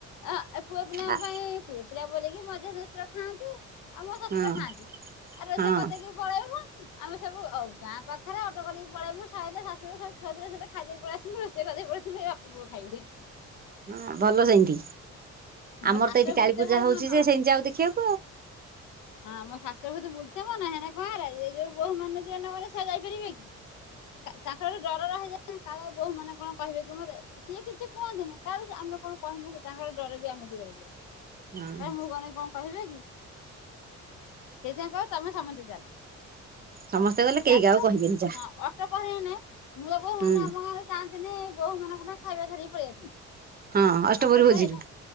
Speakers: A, on the left; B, on the right.
A: ଆ ଏ ପୁଅ ପିଲାଙ୍କ
B: ଆ
A: ପାଇଁ ପୁଅ ପିଲା ବୋଲେକି ମଝିଆ ଦେଢଶୁର ଖାଆନ୍ତି। ଆଉ ମୋ ଶ୍ୱଶୁର
B: ହଁ
A: ଖାଆନ୍ତି। ଆ ରୋଷେଇ
B: ହଁ
A: କରିଦେଇକି ପଳେଇବୁ ଆମେ ସବୁ ଅ ଗାଁ ପାଖ୍ ଖାରେ ଅଟୋ କରିକ ପଳେଇବୁ ସାଇଲେ ଶାଶୁୁୁ ବୋହୂ ସବୁ ଛୁଆପିଲା ସହିତ ଖାଇଦେଇକି ପଳେଇଆସିବୁ। ମୁଁ ରୋଷେଇ କରିଦେଇ ପଳେଇ ଥିବି ବାପ୍ ମୋ ପୁଅ ଖାଇବାକୁ ଦିଏ।
B: ହଁ ଭଲ ସେମତି।
A: ମୋ
B: ଆମର
A: ଶାଶୁର
B: ତ ଏଇଠି କାଳୀ
A: ବୁଲତେ
B: ପୂଜା
A: ଭାରି
B: ହଉଚି
A: ମନ।
B: ଯେ ସେମତି ଯାଉ ଦେଖିଆକୁ।
A: ହଁ ମୋ ଶାଶୁୁର କୁ ଯିଏ ବୁଝେଇବ ନା ହେନା କାଁହାର ଯେ ଯୋଉ ବୋହୁ ମାନେ ଯେ ନଗଲେ ସେ ଆଉ ଯାଇପାରିବେ କି? ତାଙ୍କର ଟିକେ ଡର ରହିଯାଏ କାଳେ ବୋହୂ ମାନେ କଣ କହିବେ କଣ କରିବେ? ସିଏ କିଛି କୁହନ୍ତିନି କାଳେ ଆମେ କଣ କହିଁବୁ କି ତାଙ୍କର ଡର ବି ଆମକୁ ରହିଯାଏ।
B: ହଁ
A: ଏ ମୁଁ ଗନେ କଣ କହିବେ କି? ସେଇଥିପାଇଁ କହେ ତମେ ସମନ୍ତେ ଚାଲ।
B: ସମସ୍ତେ ଗଲେ
A: ଯାତ୍ରା
B: କେହି କାହାକୁ କହିବେନି
A: ହଁ
B: ଯା
A: ଅଷ୍ଟପ୍ରହରି ହେନେ ନୂଆ ବୋହୂ
B: ହୁଁ
A: ମାନେ ଆମ ଗାଁରେ ଯାଆନ୍ତିନି ବୋହୂ ମାନଙ୍କ ପାଇଁ ଖାଇବା ଧରିକି ପଳେଇ ଆସନ୍ତି।
B: ହଁ ଅଷ୍ଟପହରି
A: ଅଷ୍ଟ
B: ଭୋଜିରୁ
A: ପ୍ରହରୀ ହେନେ